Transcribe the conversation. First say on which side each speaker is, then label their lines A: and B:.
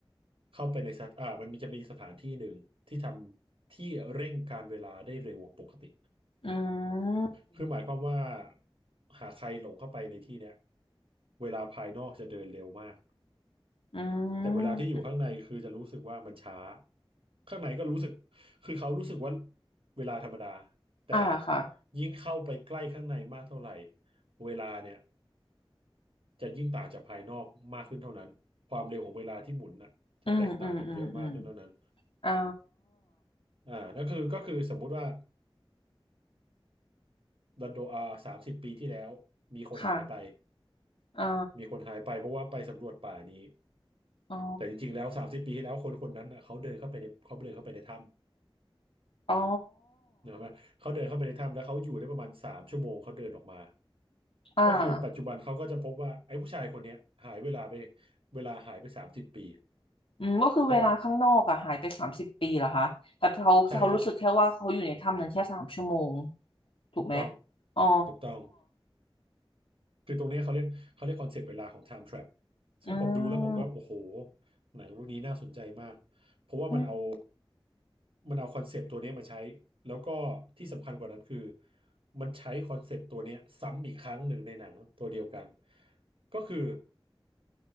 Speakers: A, on the right; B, on the left.
A: เข้าไปในสถอ่ามันมีจะมีสถานที่หนึ่งที่ทำที่เร่งการเวลาได้เร็วกว่าปกติ
B: อืม
A: คือหมายความว่าหากใครหลงเข้าไปในที่เนี้ยเวลาภายนอกจะเดินเร็วมาก
B: อื
A: แต่เวลาที่อยู่ข้างในคือจะรู้สึกว่ามันช้า
B: ม
A: ข้างในก็รู้สึกคือเขารู้สึกว่าเวลาธรรมดาแต่
B: อ่าค่ะ
A: ยิ่งเข้าไปใกล้ข้างในมากเท่าไหร่เวลาเนี่ยจะยิ่งต่างจากภายนอกมากขึ้นเท่านั้นความเร็วของเวลาที่หมุนน่ะจะแตกต่างกันเยอะมากขึ้นเท่านั้น
B: อืมอืมอืมอืมอ๋อ
A: อ่านั่นคือก็คือสมมุติว่าดันโดอาสามสิบปีที่แล้วมีคนหายไป
B: ค่ะอ๋อ
A: มีคนหายไปเพราะว่าไปสำรวจป่านี้
B: อ๋อ
A: แต่จริงๆแล้วสามสิบปีที่แล้วคนคนนั้นน่ะเขาเดินเข้าไปในเขาเดินเข้าไปในถ้ำ
B: อ๋อ
A: เนกอะไหมเขาเดินเข้าไปในถ้ำแล้วเขาอยู่ได้ประมาณสามชั่วโมงเขาเดินออกมา
B: อ่า
A: ก็คือปัจจุบันเขาก็จะพบว่าไอ้ผู้ชายคนเนี้ยหายเวลาไปเวลาหายไปสามสิบปี
B: อืมก็คือเวลาข้างนอกอะหายไปสามสิบปีเหรอคะแต่เขาเขารู้สึกแค่ว่าเขาอยู่ในถ้ำนั้นแค่สามชั่วโมง
A: แต่ใช่ครับ
B: ถูกไหม
A: ถูกต้อง
B: อ๋อ
A: ถูกต้องคือตรงเนี้ยเขาเรียกเขาเรียกคอนเซปต์เวลาของ Time Trap ซึ่งผมดูแล้วผมก็โอ้โห
B: อืม
A: หนังเรื่องนี้น่าสนใจมากเพราะว่ามันเอา
B: อืม
A: มันเอาคอนเซปต์ตัวเนี้ยมาใช้แล้วก็ที่สำคัญกว่านั้นคือมันใช้คอนเซปต์ตัวเนี้ยซ้ำอีกครั้งหนึ่งในหนังตัวเดียวกันก็คือ